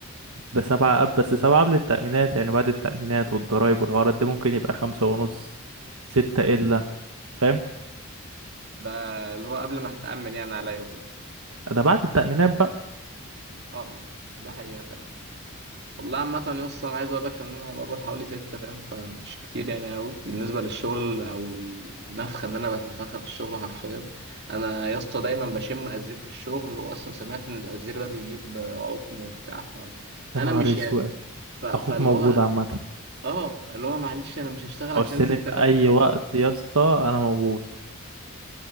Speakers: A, on the right; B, on the right.
A: ده سبعة أب بس سبعة قبل التأمينات يعني بعد التأمينات والضرايب والحوارات دي ممكن يبقى خمسة ونص ستة إلا فاهم
B: <laughs> ده اللي هو قبل ما هتأمن يعني عليا وكده
A: ده بعد التأمينات بقى
B: اه اه ده حقيقة فعلا والله عامة يا اسطى أنا عايز أقول لك إن أنا بقبض حوالي ستة فاهم فمش كتير يعني أوي بالنسبة للشغل أو النفخة إن أنا بتنفخها في الشغل حرفيا أنا يا اسطى دايما بشم أزير في الشغل وأصلا سمعت إن الأزير ده بيجيب عقم وبتاع فأنا
A: يا نهار
B: مش
A: أسود
B: يعني ف... فاللي
A: أخوك موجود
B: هو
A: عامة
B: آه اللي هو معلش أنا مش هشتغل عشان
A: عوزتني
B: ستة
A: في
B: آلاف
A: اي
B: جنيه
A: وقت يا اسطى انا موجود